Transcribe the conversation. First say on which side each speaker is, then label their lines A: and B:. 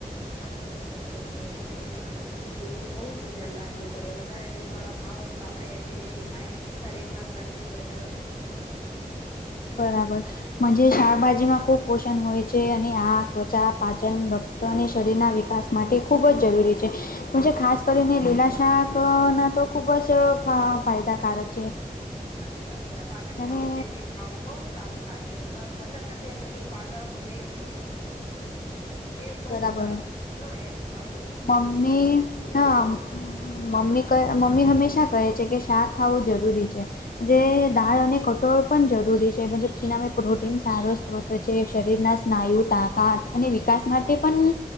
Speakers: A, on the left; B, on the left.
A: સાચી વાત છી તમારી મારે આ બધું તેલ નું બઉુ જ ધ્યાન રાખવું પડે વધારે તેલ વાળો ખાવ તો આપણડે એસિડિટી થાય શરીર માં ચરબી વધ
B: બરાબર મનજે શાકભાજીમાં ખુબ પોષણ હોય છે અને આ ત્વચા પાચન તો ને શરીરના વિકાસ માટે ખૂબ જરૂરી છે. મનજે ખાસ કરીને લીલા શાક અહ ના તો ખુબ જ ફ
A: આવો
B: અહ ફાયદાકારક છે.
A: સાચી વાત છે, આ પાલક
B: અને
A: ખાવ મેથી ખાવો બઉ જ સારું સાચે બધ-બધા કરતા આ લીલું પાલક મેથી એ બહ
B: બરાબર
A: જ સારું છે હા હેલ્થ વાળું.
B: મમ્મી
A: સારું સારું.
B: હા મમ્મી મમ્મી હંમેશા કહે છે કે શાક ખાવું જરૂરી છે, જે
A: હા
B: દાળ અને ક ટોળ પણ જરૂરી છે પણજ તેનામે પ્રોટીન સારો સ્ત્રોત છે શરીરના સ્નાયુ તાકાત. અને વિકાસ માટે પણ,